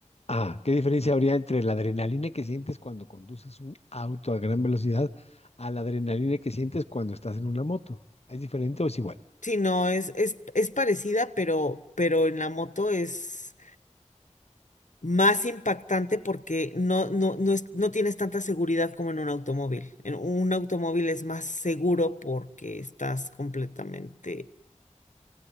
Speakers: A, on the left (about 55°); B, on the left (about 80°).
A: Ah, ¿qué diferencia habría entre la adrenalina que sientes cuando conduces un auto a gran velocidad a la adrenalina que sientes cuando estás en una moto? ¿Es diferente o es igual?
B: Sí, no, es, es, es parecida, pero, pero en la moto es más impactante porque no, no, no, es- no tienes tanta seguridad como en un automóvil. En un automóvil es más seguro porque estás completamente